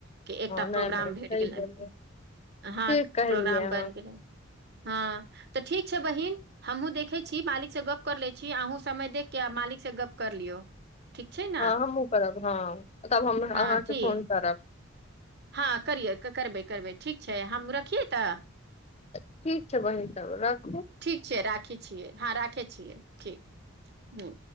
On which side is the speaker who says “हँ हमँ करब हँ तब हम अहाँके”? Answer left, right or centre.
Left